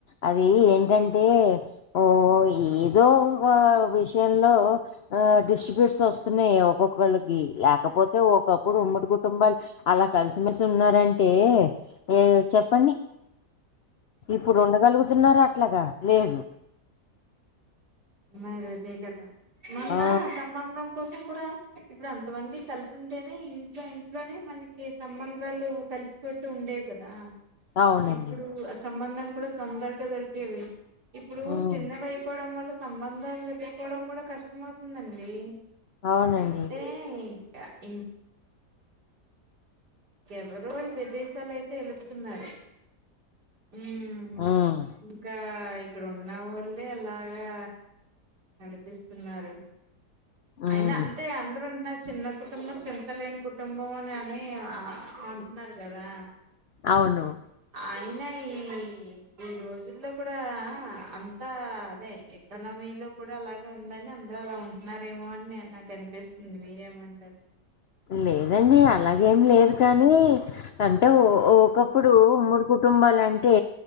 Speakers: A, on the left; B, on the right.
A: అది ఏంటంటే ఓ ఏదో వ విషయంలో ఆ డిస్ట్రిబ్యూట్స్ వస్తున్నాయి ఒక్కొక్కళ్ళకి లేకపోతే ఒక్కొక్కడు ఉమ్మడి కుటుంబాలు అలా కలిసిమెలిసి ఉన్నారంటే ఏ చెప్పండి ఇప్పుడు ఉండగలుగుతున్నారా అట్లగా లేదు
B: మారి అదే కదా మొన్న
A: ఆ
B: సంబంధం కోసం కూడా ఇప్పుడు అంత మంది కలిసి ఉంటేనే ఇంట్లో ఇంట్లోనే మనకి సంబంధాలు కలిసిపట్టు ఉండేవి కదా
A: అవునండి
B: ఇప్పుడు ఆ సంబంధాలు కూడా తొందరగా దొరికేవి ఇప్పుడు
A: ఉమ్,
B: చిన్నవి అయిపోవడం వల్ల సంబంధాలు వెతుక్కకోవడం కూడా కష్టం అవుతుందండి
A: అవునండి
B: అంటే ఇం ఇంకా ఎవరో వాల్ విదేశాలయితే ఎలుపుతున్నారు ఉ ఆ
A: ఉమ్,
B: ఇంకా ఇక్కడ ఉన్నవాళ్ళు అంటే అలాగా నడిపిస్తున్నారు
A: ఉమ్,
B: అయినా అంటే అందరూ అంటున్నారు చిన్న కుటుంబం చింతలేని కుటుంబం అని అని ఆ అంటున్నారు కదా
A: అవును
B: అయినా ఈ ఈ రోజుల్లో కూడా అంతా అదే ఎకానమీ లో కూడా అలాగే ఉందని అందరు అలా ఉంటున్నారేమో అని నాకు అనిపిస్తుంది మీరేమంటారు
A: లేదండి అలాగేం లేదు కానీ అంటే ఒకప్పుడు ఉమ్మడి కుటుంబాల అంటే